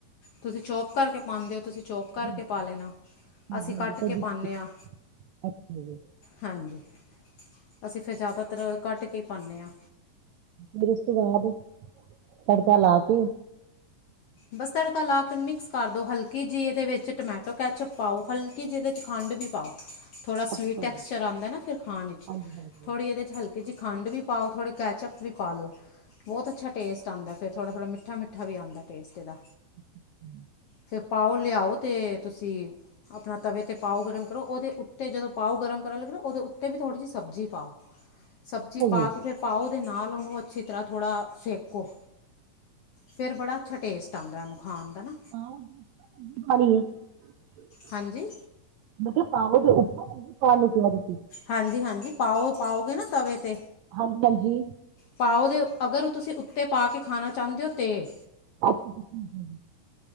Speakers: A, on the left; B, on the right.
A: ਤੁਸੀ ਚੋਪ ਕਰਕੇ ਪਾਂਦੇ ਓ ਤੁਸੀ ਚੋਪ ਕਰਕੇ
B: ਹਾਂਜੀ
A: ਪਾ ਲੈਨਾ,
B: ਹਾਂਜੀ
A: ਅਸੀਂ
B: ਹਾਂਜੀ
A: ਕੱਟ ਕੇ
B: ਕਦੀ ਕੁਛ
A: ਪਾਨੇ ਆਂ।
B: ਅੱਛਾ ਜੀ
A: ਹਾਂਜੀ, ਅਸੀਂ ਫਿਰ ਜ਼ਿਆਦਾਤਰ ਕੱਟ ਕੇ ਈ ਪਾਨੇ ਆਂ।
B: ਫਿਰ ਉਸ ਤੋਂ ਬਾਦ ਤੜਕਾ ਲਾ ਕੇ
A: ਬੱਸ ਤੜਕਾ ਲਾਕੇ ਮਿਕਸ ਕਰ ਦੋ, ਹਲਕੀ ਜੀ ਏਦੇ ਵਿੱਚ ਟਮੈਟੋ ਕੈਚਅੱਪ ਪਾਓ। ਹਲਕੀ ਜੀ ਈਦੇ 'ਚ ਖੰਡ ਵੀ ਪਾਓ। ਥੋੜਾ
B: ਅੱਛਾ
A: ਸਵੀਟ ਟੈਕਸਚਰ
B: ਜੀ
A: ਆਂਦਾ ਨਾ ਫਿਰ ਖਾਣ 'ਚ
B: ਹਾਂਜੀ ਹਾਂਜੀ
A: ਥੋੜੀ ਏਦੇ 'ਚ ਹਲਕੀ ਕਿ ਜੀ ਖੰਡ ਵੀ ਪਾਓ, ਥੋੜ੍ਹੇ ਕੈਚਅੱਪ ਵੀ ਪਾ ਲੋ, ਬੋਤ ਅੱਛਾ ਟੇਸਟ ਆਂਦਾ ਐ। ਫਿਰ ਥੋੜਾ-ਥੋੜਾ, ਮਿੱਠਾ-ਮਿੱਠਾ ਵੀ ਆਂਦਾਂ ਟੇਸਟ ਓਦਾ।
B: ਹੂੰ।
A: ਫੇਰ ਪਾਓ ਲਿਆਓ ਤੇ ਤੁਸੀ ਅਪਣਾ ਤਵੇ ਤੇ ਪਾਓ ਗਰਮ ਕਰੋ, ਓਦੇ ਉੱਤੇ ਜਦੋਂ ਪਾਓ ਗਰਮ ਕਰਨ ਲੱਗੇ ਨਾ ਓਦੇ ਉੱਤੇ ਵੀ ਥੋੜ੍ਹੀ ਜੀ ਸਬਜ਼ੀ ਪਾਓ। ਸਬਜ਼ੀ
B: ਹਾਂਜੀ
A: ਪਾ ਕੇ ਫੇਰ ਪਾਓ ਦੇ ਨਾਲ ਓਨੂੰ ਅੱਛੀ ਤਰ੍ਹਾਂ ਥੋੜ੍ਹਾ ਸੇਕੋ। ਫੇਰ ਬੜਾ ਅੱਛਾ ਟੇਸਟ ਆਂਦਾ ਏਨੂੰ ਖਾਨ ਦਾ ਨਾ।
B: <unintelligible>
A: ਹਾਂਜੀ
B: ਮੈਂ ਕਯਾ ਪਾਓ ਦੇ ਉਪਰ ਸਬਜ਼ੀ ਪਾਨ ਨੂੰ ਕਯਾ ਤੁਸੀ।
A: ਹਾਂਜੀ-ਹਾਂਜੀ, ਪਾਓ ਪਾਓਗੇ ਨਾ ਤਵੇ ਤੇ।
B: ਹਾਂਜੀ ਹਾਂਜੀ
A: ਪਾਓ ਦੇ ਅਗਰ ਤੁਸੀ ਉੱਤੇ ਪਾ ਕੇ ਖਾਨਾ ਚਾਹੁੰਦੇ ਓ ਤੇ।
B: <unintelligible> ਹੂੰ,